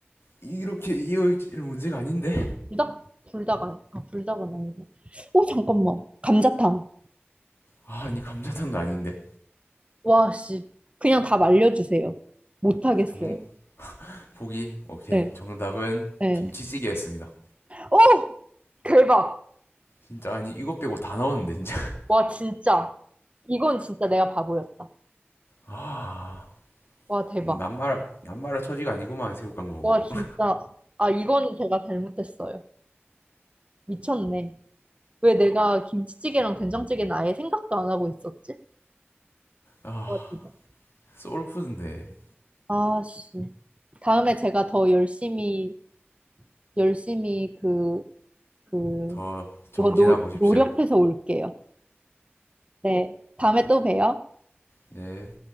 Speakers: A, on the left (about 70°); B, on the right (about 30°).
A: 이렇게 이어있질 문제가 아닌데?
B: 불닭 불닭은 아, 불닭은 아니고. 어, 잠깐만. 감자탕.
A: 아, 아니, 감자탕도 아닌데?
B: 와, 씨. 그냥 답 알려주세요. 못하겠어요.
A: 정 보기 오케이
B: 네.
A: 정답은
B: 네.
A: 김치찌개였습니다.
B: 오! 대박.
A: 진짜 아니 이것 빼고 다나었는데 진짜 <laughs>
B: 와, 진짜. 이건 진짜 내가 바보였다.
A: 아
B: 와, 대박.
A: 남말 남말할 처지가 아니구만 새우 깡 보고
B: 와, 진짜. 아, 이건 제가 잘못했어요. 미쳤네. 왜 내가 김치찌개랑 된장찌개는 아예 생각도 안 하고 있었지?
A: 아
B: 와, 대박.
A: 소울푸드인데
B: 아, 씨. 다음에 제가 더 열심히, 열심히 그, 그,
A: 네더 정진하고
B: 더 노,
A: 오십시오
B: 노력해서 올게요. 네. 다음에 또 봬요.
A: 네네